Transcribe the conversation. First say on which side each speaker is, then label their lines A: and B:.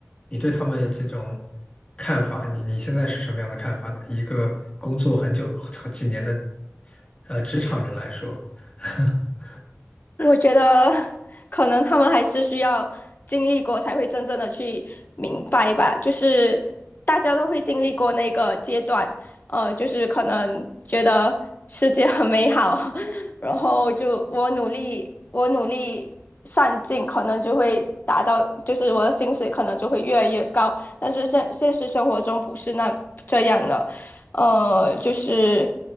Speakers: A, on the left (about 25°); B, on the left (about 40°).
A: 你对他们这种看法，你你现在是什么样的看法呢？一个工作很久很几年的呃职场人来说，<laughs>
B: 我觉得可能他们还是需要经历过，才会真正的去明白吧。就是大家都会经历过那个阶段，呃，就是可能觉得世界很美好，<laughs> 然后就我努力，我努力上进，可能就会达到，就是我的薪水可能就会越来越高。但是现现实生活中不是那这样的，呃，就是